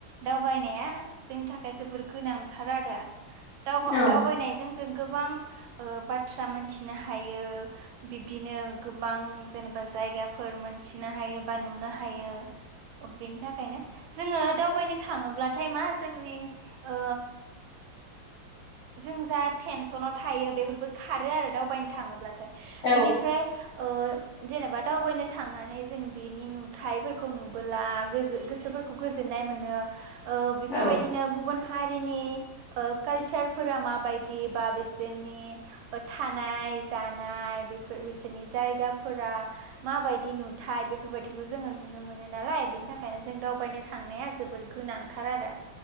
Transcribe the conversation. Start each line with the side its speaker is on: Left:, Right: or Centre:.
Right: दावबाय नाया जोंनि थाखाय जोबोर गोनांथार आरो दावगा-दावबायनायजों
Left: औ
Right: जों गोबां ओ बाथ्रा मोनथिनो हायो बिबदिनो गोबां जेन' जायगाफोर मोनथिनो हायो बा नुनो हायो। ओ बेनि थाखायनो जोङो दावबायनो थाङोब्लाथाय मा जोंनि ओ जों जा टेनसनाव थायो बेफोरबो खारो आरो दावबायनो थाङोब्लाथाय।
Left: औ
Right: बिनिफ्राय ओ जेनेबा दावबायनो थांनानै जों बेनि नुथाइफोरखौ नुबोला गोजोन गोसोफोरखौ गोजोन ननाय मोनो। ओ बेफोर
Left: औ
Right: बायदिनो गुबुन हारिनि ओ कालसार फोरा माबायदि बा बिसोरनि ओ थानाय जानाय बेफोर बिसोरनि जा जायगाफोरा माबायदि नुथाय बेफोर बायदिखौ जोङो नुनो मोनो नालाय बेनि थाखायनो जों दाव बायनो थांनाया जोबोर गोनांथार आरो।